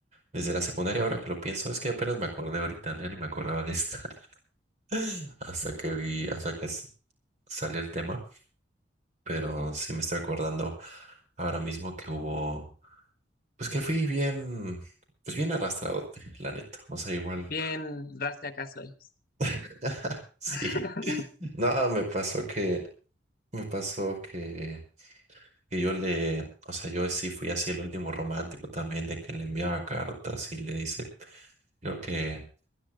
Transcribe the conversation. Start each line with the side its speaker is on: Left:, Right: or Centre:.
Right: Desde la secundaria, ahora que lo pienso, es que apenas me acordé ahorita, ya ni me acordaba de esta, <laughs> hasta que vi, hasta que s- salió el tema, pero sí me estoy acordando ahora mismo que hubo, pues que fui bien, pues bien arrastrado, la neta, o sea, igual,
Left: Bien, raste acá sois.
Right: <laughs> sí,
Left: <laughs>
Right: no, me pasó que, me pasó que, que yo le, o sea, yo sí fui así el último romántico también, de que le enviaba cartas y le dice, creo que